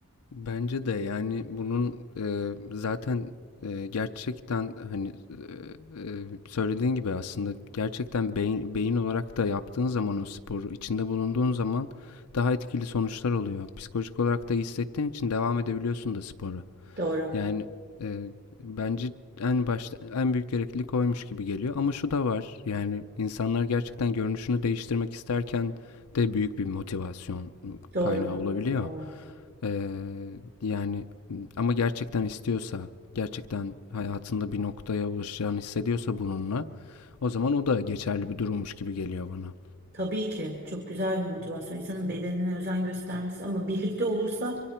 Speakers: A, on the left; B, on the right.
A: Bence de yani bunun e, zaten e, gerçekten hani e, e, söylediğin gibi aslında gerçekten beyin, beyin olarak da yaptığın zaman o sporu içinde bulunduğun zaman daha etkili sonuçlar oluyor. Psikolojik olarak da hissettiğin için devam edebiliyorsun da spora.
B: Doğru.
A: Yani e, bence en başta en büyük gereklilik oymuş gibi geliyor. Ama şu da var yani insanlar gerçekten görünüşünü değiştirmek isterken de büyük bir motivasyon
B: Doğru.
A: kaynağı olabiliyor.
B: Doğru.
A: E, yani ama gerçekten istiyorsa gerçekten hayatında bir noktaya ulaşacağını hissediyorsa bununla o zaman o da geçerli bir durummuş gibi geliyor bana.
B: Tabii ki çok güzel bir motivasyon. İnsanın bedenine özen göstermesi ama birlikte olursa